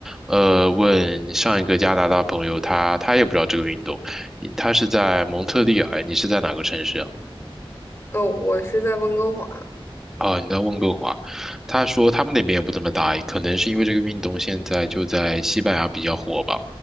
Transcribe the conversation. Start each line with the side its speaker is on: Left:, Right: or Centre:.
Centre: 呃，问上一个加拿大朋友，他他也不知道这个运动，他是在蒙特利尔，你是在哪个城市啊？
Left: 哦，我是在温哥华。
Centre: 啊，你在温哥华，他说他们那边也不怎么打，可能是因为这个运动现在就在西班牙比较火吧，